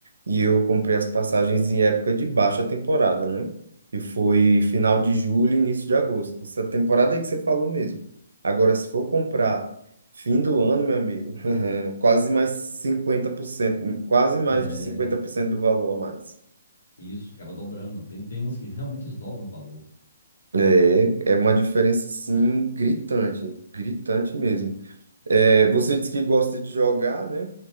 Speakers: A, on the right (about 75°); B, on the left (about 65°).
A: e eu comprei as passagens em época de baixa temporada, né? Que foi final de julho, início de agosto. Essa temporada aí que você falou mesmo. Agora, se for comprar fim do ano, meu amigo, <laughs> quase mais 50% quase mais
B: É,
A: de 50% do valor a mais.
B: isso, acaba dobrando. Tem, tem umas que realmente eles dobram o valor.
A: É, é uma diferença, sim, gritante, gritante mesmo. É, você disse que gosta de jogar, né?